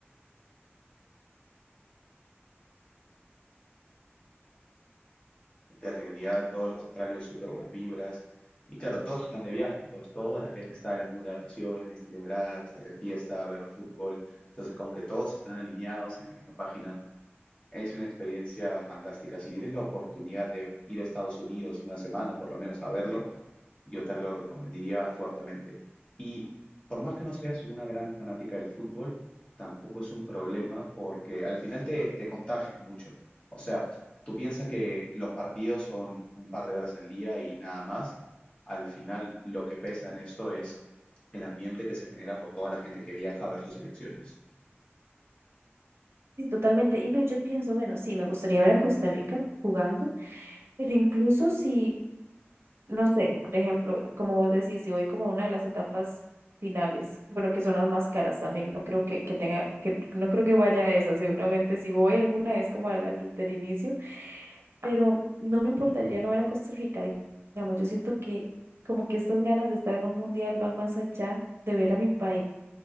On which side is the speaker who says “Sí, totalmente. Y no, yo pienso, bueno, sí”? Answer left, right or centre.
Right